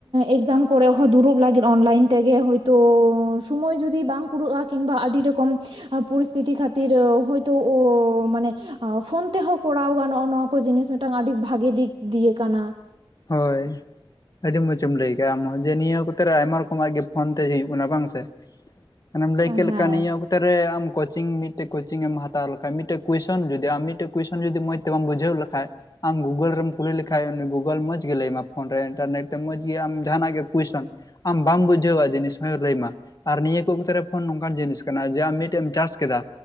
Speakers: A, on the right (about 70°); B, on the left (about 40°).
A: ᱮᱠᱡᱟᱢ ᱠᱚᱨᱮ ᱦᱚᱸ ᱫᱩᱲᱩᱵ, ᱞᱟᱹᱜᱤᱫ ᱚᱱᱞᱟᱭᱤᱱ ᱛᱮᱜᱮ ᱦᱳᱭᱛᱳ ᱥᱳᱢᱳᱭ ᱡᱩᱫᱤ ᱵᱟᱝ ᱠᱩᱨᱟᱹᱜᱼᱟ ᱠᱤᱢᱵᱟ ᱟᱹᱰᱤ ᱨᱚᱠᱚᱢᱼᱼ ᱯᱚᱨᱤᱥᱛᱷᱤᱛᱤ ᱠᱷᱟᱹᱛᱤᱨ ᱦᱳᱭᱛᱳ ᱢᱟᱱᱮ ᱯᱷᱳᱱ ᱛᱮᱦᱚᱸ ᱠᱚᱨᱟᱣ ᱜᱟᱱᱚᱜ ᱱᱚᱣᱟᱼᱼ ᱠᱚ ᱡᱤᱱᱤᱥ ᱢᱤᱫᱴᱟᱝ ᱟᱹᱰᱤ ᱵᱷᱟᱜᱮ ᱫᱤᱠ ᱫᱤᱭᱮ ᱠᱟᱱᱟ ᱾
B: ᱦᱳᱭ ᱾ ᱟᱹᱰᱤ ᱢᱚᱸᱡᱮᱢ ᱞᱟᱹᱭ ᱠᱮᱫᱮᱜᱼᱟ ᱟᱢᱦᱚᱸ ᱡᱮ ᱱᱤᱭᱟᱹ ᱠᱚᱛᱮ ᱟᱭᱢᱟ ᱨᱚᱠᱚᱢᱟᱜ ᱜᱮ ᱯᱷᱳᱱ ᱛᱮ ᱦᱳᱭ ᱠᱟᱱᱟ ᱵᱟᱝ ᱥᱮ ᱾ ᱢᱟᱱᱮᱢ ᱞᱟᱹᱭ ᱠᱮᱫ
A: ᱦᱮᱸ
B: ᱞᱮᱠᱟ ᱱᱤᱭᱟᱹᱼᱼ ᱚᱴ ᱨᱮ ᱟᱢ ᱠᱳᱪᱤᱝ ᱢᱤᱫᱴᱮᱡ ᱠᱳᱪᱤᱝ ᱮᱢ ᱦᱟᱛᱟᱣ ᱞᱮᱠᱷᱟᱡ ᱢᱤᱫᱴᱮᱱ ᱠᱩᱭᱥᱚᱱ ᱡᱩᱫᱤ ᱟᱢ ᱢᱤᱫᱴᱮᱱ ᱠᱩᱭᱥᱚᱱ ᱡᱩᱫᱤ ᱢᱚᱡᱼᱼ ᱛᱮ ᱵᱟᱢ ᱵᱡᱷᱟᱹᱣ ᱞᱮᱠᱷᱟᱱ ᱟᱢ ᱜᱩᱜᱩᱞ ᱨᱮᱢ ᱠᱩᱞᱤ ᱞᱮᱠᱷᱟᱱ ᱩᱱᱤᱼᱼ ᱜᱩᱜᱳᱞ ᱢᱚᱡᱽ ᱜᱮ ᱞᱟᱹᱭᱟᱢᱟ ᱯᱷᱳᱱ ᱨᱮ ᱤᱱᱴᱟᱨᱱᱮᱴ ᱛᱮ ᱢᱚᱡᱽ ᱜᱮ ᱟᱢ ᱡᱟᱦᱟᱱᱟᱜ ᱜᱮ ᱠᱩᱭᱥᱚᱱᱼᱼ ᱟᱢ ᱵᱟᱢ ᱵᱩᱡᱷᱟᱹᱣᱟ ᱡᱤᱱᱤᱥ ᱦᱚᱸᱭ ᱞᱟᱹᱭ ᱢᱟ᱾ ᱟᱨ ᱱᱤᱭᱟᱹ ᱠᱚ ᱠᱷᱮᱛᱨᱮ ᱯᱷᱳᱱ ᱱᱚᱝᱠᱟᱱ ᱡᱤᱱᱤᱥ ᱠᱟᱱᱟ ᱡᱮ ᱟᱢ ᱢᱤᱫᱴᱮᱡ ᱮᱢ ᱴᱨᱟᱪ ᱠᱮᱫᱟᱼᱼ